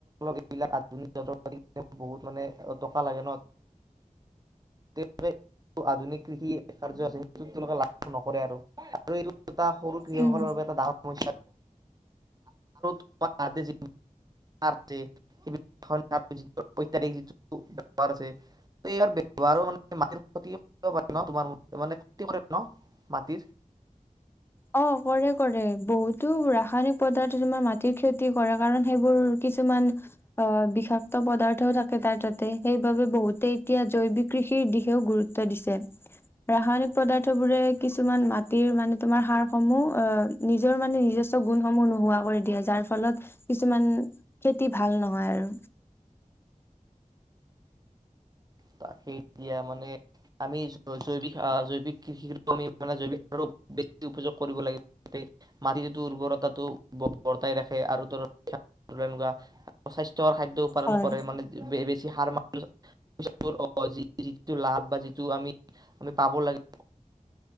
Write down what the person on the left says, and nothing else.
উম।
অ কৰে কৰে বহুটো ৰা ৰাসায়নিক পদাৰ্থ মাটিৰ খেতি কৰে কাৰণ কিছুমান অ বিষাক্ত পদাৰ্থও থাকে তাৰ তাতে সেইবাবে বহুতে এতিয়া জৈৱিক কৃষিৰ দিশেও গুৰুত্ব দিছে ৰাসায়নিক পদাৰ্থ বোৰে কিছুমান মাটিৰ মানে সাৰসমূহ আহ নিজৰ মানে নিজস্ব গুণসমূহ নোহোৱা কৰি দিয়ে যাৰ ফলত কিছুমান খেতি ভাল নহয় আৰু
হয়